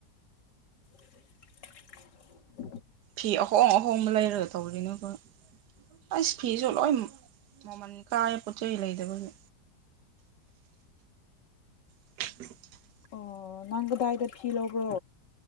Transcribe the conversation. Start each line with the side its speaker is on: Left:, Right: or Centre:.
Left: <unintelligible>
Right: ꯐꯤ ꯑꯍꯣꯡ ꯑꯍꯣꯡꯕ ꯂꯩꯔꯒ ꯇꯧꯔꯤꯅꯦꯀꯣ ꯑꯁ ꯐꯤꯁꯨ ꯂꯣꯏꯝ ꯃꯃꯜ ꯀꯥꯏꯌꯦ ꯄꯣꯠ ꯆꯩ ꯂꯩꯗꯕꯒꯤ <inaudible> <unintelligible>
Left: ꯑꯣ ꯅꯪ ꯀꯗꯥꯏꯗ ꯐꯤ ꯂꯧꯕ꯭ꯔꯣ